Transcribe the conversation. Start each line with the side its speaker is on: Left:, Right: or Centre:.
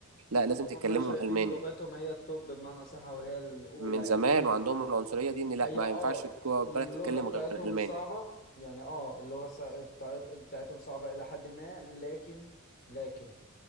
Right: لا لازم تتكلمهم
Left: هما شايفين
Right: ألماني
Left: لغتهم هي التوب بمعنى صح وهي الأولى
Right: من زمان
Left: يعني
Right: وعندهم
Left: كله
Right: العنصرية دي إن لا
Left: هي
Right: ما
Left: اه
Right: ينفعش جوه
Left: اللغة
Right: البلد تتكلم
Left: بتاعتهم
Right: غير ألماني
Left: صعبة يعني اه اللغة سا- بتاعت- بتاعتهم صعبة إلى حد ما لكن لكن